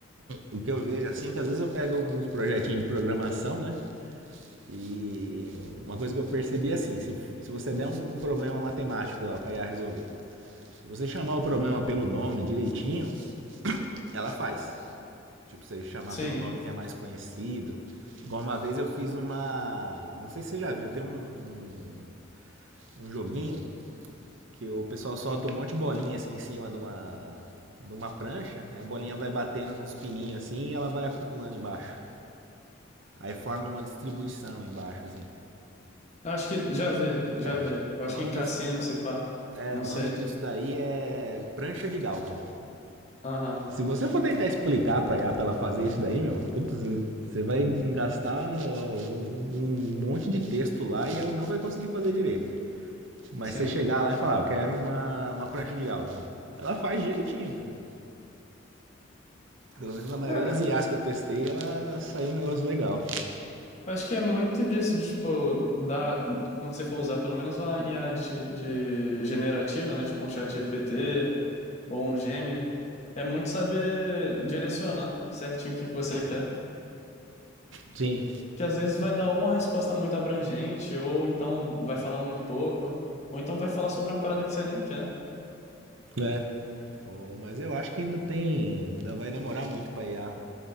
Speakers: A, on the right (about 70°); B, on the left (about 35°).
A: o que eu vejo, assim, que às vezes eu pego uns projetinhos de programação, né? E uma coisa que eu percebi, é assim, se, se você der um problema matemático lá pra IA resolver, se você chamar o problema pelo nome direitinho, ela faz. Tipo, você chamar
B: Sim,
A: pelo nome que é mais conhecido. Igual uma vez eu fiz uma. Não sei se você já viu, tem um, um um joguinho que o pessoal solta um monte de bolinha assim em cima de uma, de uma prancha, a bolinha vai batendo nos pininhos assim e ela vai acumulando embaixo. Aí forma uma distribuição embaixo, assim.
B: acho que já vi, já
A: É,
B: vi. Eu
A: o
B: acho
A: nome
B: que em cassino,
A: disso,
B: se pá,
A: é,
B: não
A: o
B: sei.
A: nome disso daí é prancha de Galton.
B: Aham,
A: Se você for tentar explicar pra IA pra ela fazer isso daí, meu, puta, você- vai gastar um, um monte de texto lá e ela não vai conseguir fazer direito. Mas
B: sim.
A: você chegar lá e falar, "Ah, eu quero uma, uma prancha de Galton. Ela faz direitinho, cara. Pelo menos na maioria
B: É,
A: das IAs que eu testei, ela saiu um negócio legal.
B: acho que é muito disso, de, tipo, da, quando você for usar pelo menos uma IA de, de generativa, né? Tipo um chat GPT ou um Gemini, é muito saber direcionar certinho o que que você quer.
A: Sim,
B: Que às vezes vai dar ou uma resposta muito abrangente, ou então vai falar muito pouco, ou então vai falar sobre uma parada que você nem quer.
A: né? Oh, mas eu acho que ainda tem. Ainda vai demorar muito pra IA